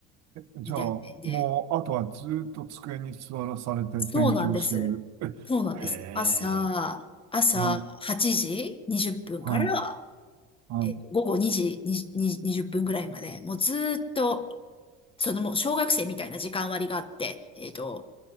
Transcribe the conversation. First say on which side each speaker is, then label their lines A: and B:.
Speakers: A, on the right (about 60°); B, on the left (about 20°).
A: じゃあ、
B: みたいなんで、
A: もう、あとはずーっと机に座らされて勉強してる。
B: そうなんです。そうなんです。
A: えへえ。
B: 朝、朝8時20分から、
A: はい。はい。は
B: え、午後2時2、20分ぐらいまで、もうずーっと、そのもう小学生みたいな時間割があって、えっと、